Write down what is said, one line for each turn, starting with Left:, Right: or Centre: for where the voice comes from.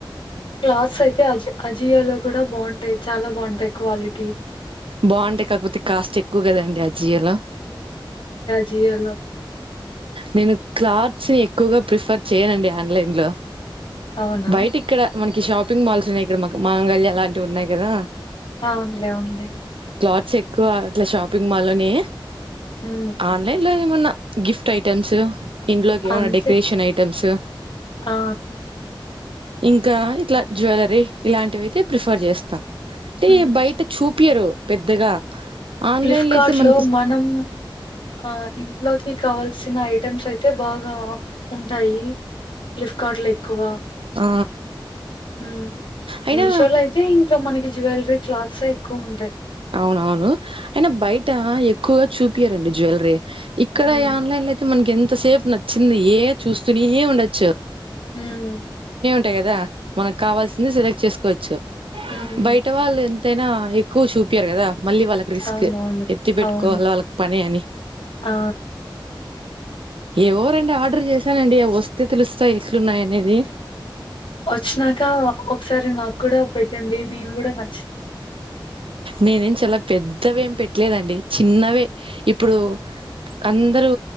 Left: క్లాత్స్ అయితే అజ అజియో లో కూడా బాగుంటాయి చాలా బాగుంటాయి క్వాలిటీ
Right: బాగుంటాయి కాకపోతే కాస్ట్ ఎక్కువ కదండి ఆ చీరలు
Left: జీయాలో <unintelligible>
Right: నేను క్లాత్స్ ఎక్కువగా ప్రిఫర్ చేయనండి ఆన్లైన్ లో
Left: అవునా?
Right: బయట ఇక్కడ మనకి షాపింగ్ మాల్స్ ఉన్నాయి ఇక్కడ మ మాంగళ్యా అలాంటివి ఉన్నాయి కదా
Left: ఆవున్లే అవున్లే
Right: క్లాత్స్ ఎక్కువ అట్ల షాపింగ్ మాల్లో నే
Left: హ్మ్.
Right: ఆన్లైన్ లో ఏమన్నా గిఫ్ట్ ఐటెమ్స్ ఇంట్లోకి ఏమన్నా
Left: అంతే.
Right: డెకరేషన్ ఐటమ్స్
Left: ఆ!
Right: ఇంకా ఇట్లా జ్యవెలరీ ఇలాంటివి అయితే ప్రిఫర్ చేస్తా టే
Left: హ్మ్.
Right: బయట చూపియరు పెద్దగా ఆన్లైన్లో
Left: ఫ్లిప్కార్ట్
Right: అయితే మనకి
Left: లో మనం ఆ ఇంట్లో కావాల్సిన ఐటమ్స్ అయితే బాగా ఉంటాయి ఫ్లిఫకార్ట్ లో ఎక్కువ
Right: ఆ
Left: ఉం
Right: అయినా
Left: మీషోలో అయితే ఇంకా మనకి జువెలరీ క్లాత్స్ ఎక్కువ ఉంటాయి
Right: అవునవును అయిన బయట ఎక్కువగా చూపియరండి జ్యువెలరీ ఇక్కడ
Left: హ్మ్.
Right: ఆన్లైన్ లో అయితే మనకి ఎంతసేపు నచ్చింది ఏ చూస్తుని ఏ ఉండొచ్చు
Left: ఉం
Right: టాయి కదా మనకు కావాల్సింది సెలెక్ట్ చేసుకోవచ్చు
Left: హ్మ్.
Right: బయట వాళ్ళు ఎంత అయినా ఎక్కువ చూపియరు కదా మళ్ళీ వాళ్ళకి రిస్క్
Left: అవునవును.
Right: ఎత్తి పెట్టుకోవాల
Left: అవును.
Right: వాళ్ళకి పని అని
Left: ఆ!
Right: ఎవో రెండు ఆర్డర్ చేసానండి వస్తే తెలుస్తాయి ఎట్లున్నాయి అనేది
Left: వచినాక ఒకసారి నాకు కూడా పెట్టండి మేము కూడా న
Right: నేనేం చాలా పెద్దవి ఏం పెట్టలేదండి చిన్నవే ఇప్పుడు అందరూ